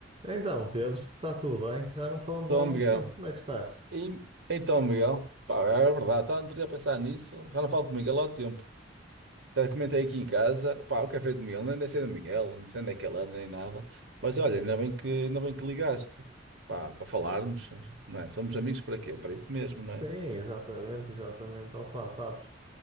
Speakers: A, on the right (about 30°); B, on the right (about 80°).
A: Então, Pedro, está tudo bem? Já não falamos
B: Então,
A: há algum
B: Miguel.
A: tempo. Como é que estás?
B: E- então, Miguel. Pá, é verdade, estava outro dia a pensar nisso. Já não falo com o Miguel há tempo. Até comentei aqui em casa. Pá, o café do Miguel. Nem sei do Miguel, não sei onde é que ele anda, nem nada. Mas olha, ainda bem que, ainda bem que ligaste. Pá, para falarmos, não é? Somos amigos para quê? Para isso mesmo, não é?
A: Sim, exatamente, exatamente. Opa, sabes,